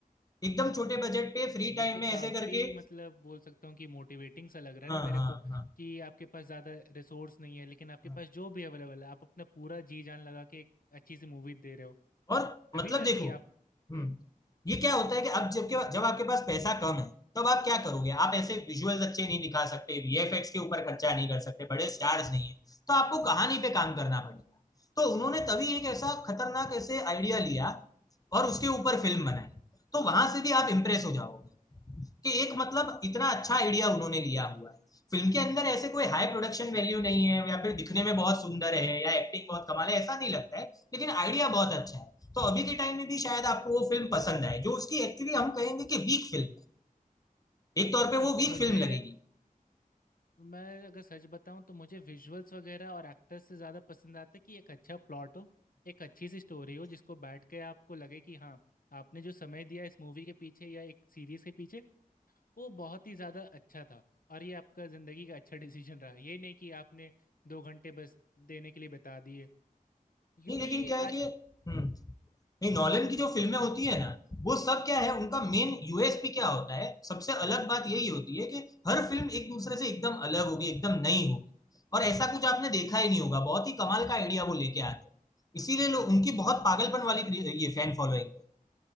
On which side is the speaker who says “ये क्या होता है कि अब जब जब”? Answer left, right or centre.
Left